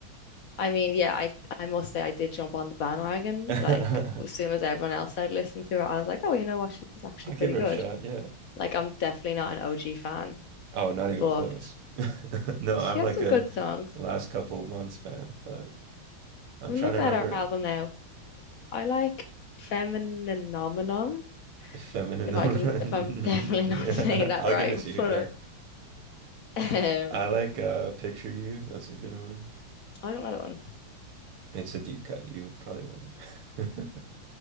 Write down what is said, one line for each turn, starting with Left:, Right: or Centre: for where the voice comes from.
Left: I mean, yeah, I I must say I did jump on the bandwagon.
Right: <laughs>
Left: Like as soon as everyone else had listened to her, I was like, oh, you know what? She's actually
Right: I'll give
Left: pretty
Right: her
Left: good.
Right: a shot. Yeah.
Left: Like I'm definitely not an OG fan,
Right: Oh, not even
Left: but
Right: close. <laughs> No,
Left: she
Right: I'm
Left: has
Right: like
Left: some
Right: a
Left: good songs.
Right: last couple of months fan, but I'm
Left: I'm
Right: trying
Left: looking
Right: to remember
Left: at her album now. I like Femininominum,
Right: if feminine.
Left: if I can, if I'm
Right: <laughs> Yeah,
Left: <laughs> definitely not saying that
Right: I'll
Left: right,
Right: give it to you.
Left: <laughs> but
Right: Yeah.
Left: I,
Right: <laughs>
Left: um,
Right: I like uh Picture You. That's a good one.
Left: I don't know that one.
Right: It's a deep cut. You probably wouldn't.